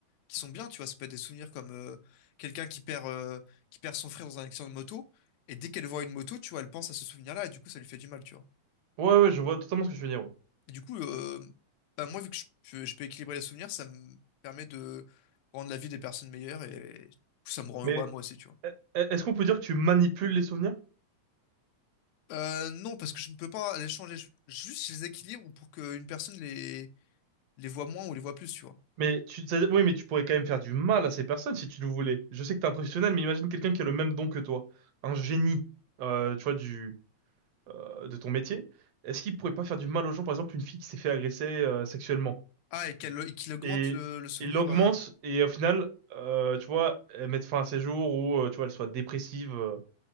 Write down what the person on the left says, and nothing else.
qui sont bien, tu vois. Ça peut être des souvenirs comme euh, quelqu'un qui perd, euh, qui perd son frère dans un accident de moto. Et dès qu'elle voit une moto, tu vois, elle pense à ce souvenir-là et du coup, ça lui fait du mal, tu vois.
Et du coup, euh, bah, moi, vu que je, peux je peux équilibrer les souvenirs, ça me permet de rendre la vie des personnes meilleures et du coup, ça me rend
heureux à moi aussi, tu vois.
Euh, non, parce que je ne peux pas les changer. Je- Juste, je les équilibre pour qu'une personne les, les voit moins ou les voit plus, tu vois.
Ah, et qu'elle, et qu'il augmente
le, le souvenir.
euh.